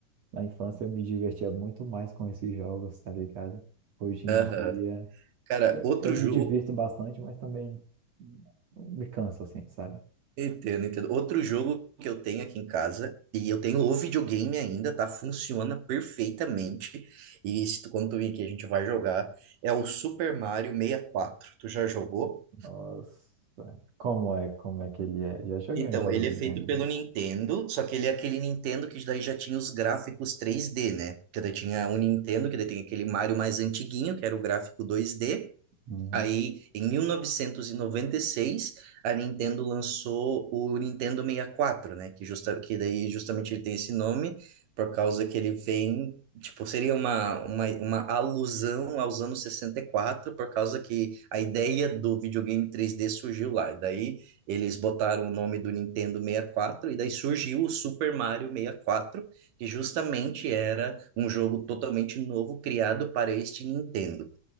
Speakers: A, on the right (about 55°); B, on the right (about 85°).
A: na infância eu me divertia muito mais com esses jogos, tá ligado? Hoje em
B: Aham.
A: dia
B: Cara,
A: eu,
B: outro
A: eu me
B: jogo.
A: divirto bastante, mas também me canso, assim, sabe?
B: Entendo, entendo. Outro jogo que eu tenho aqui em casa, e eu tenho o videogame ainda, tá? Funciona perfeitamente. E se tu, quando tu vir aqui, a gente vai jogar. É o Super Mario 64. Tu já jogou?
A: Nossa, como é, como é que ele é? Já joguei
B: Então,
A: uns jogos
B: ele
A: do
B: é feito
A: Dungeon.
B: pelo Nintendo, só que ele é aquele Nintendo que daí já tinha os gráficos 3D, né? Que daí tinha o Nintendo, que daí tem aquele Mario mais antiguinho, que era o gráfico 2D,
A: Uhum.
B: Aí, em mil novecentos e e noventa e seis, a Nintendo lançou o Nintendo sessenta e Quatro, né? Que, justa, que daí justamente ele tem esse nome por causa que ele vem, tipo, seria uma, uma, uma alusão aos anos 64 por causa que a ideia do videogame três d surgiu lá. E daí eles botaram o nome do Nintendo 64 e quatro, e daí surgiu o Super Mario sessenta e Quatro que justamente era um jogo totalmente novo criado para este Nintendo.